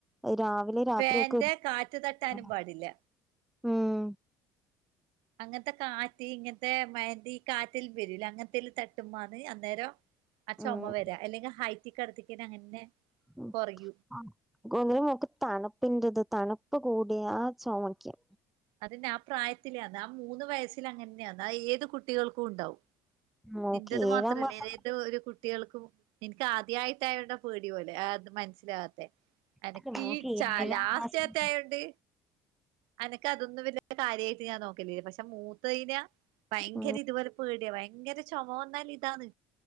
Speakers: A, in the centre; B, on the right (about 75°).
A: രാവിലേം രാത്രിയൊക്കെ
B: ഫാന്റെ കാറ്റ് തട്ടാനും പാടില്ല
A: <inaudible> ഉം
B: അങ്ങനത്തെ കാറ്റ് ഇങ്ങനത്തെ <unintelligible> ഈ കാറ്റിൽ വരൂലേ? അങ്ങനത്തേതിൽ തട്ടുമ്മാണ് അന്നേരം ആ ചൊമ
A: ഉം
B: വരാ, അല്ലെങ്കിൽ ഹൈറ്റി കെടത്തിക്കി അങ്ങനെ.
A: ഉം
B: കുറയൂല
A: ആഹ് <unintelligible> ങ്കിലും തണുപ്പിന്റത് തണുപ്പ് കൂടിയാ ചൊമക്കും.
B: അതന്നെ, ആ പ്രായത്തിലെയാന്ന്‌, ആ മൂന്ന് വയസ്സിൽ അങ്ങനെതന്നെയാ ആ ഏത് കുട്ടികൾക്കും ഉണ്ടാവും.
A: മോക്ക്
B: നിന്തത്
A: ഏഴാം
B: മാത്രല്ലേ
A: മാസം
B: ഏതത് ഒരു കുട്ടികൾക്കും. എനിക്ക് ആദ്യയിട്ടായ ണ്ടേ പേടി പോലെ അത് മനസ്സിലാവാത്തെ. എനക്ക്
A: അല്ല മോക്ക്
B: ഈ ചാലാശചാത്
A: ഏഴാം മാസം
B: ആയോണ്ട്. എനക്ക് അതൊന്നും വല കാര്യമായിട്ട് ഞാൻ നോക്കല പക്ഷെ മൂത്തയിന. ഭയങ്കര
A: ഉം
B: ഇതുപോലെ പേടിയാ ഭയങ്കര ചുമ വന്നാൽ ഇതാണ്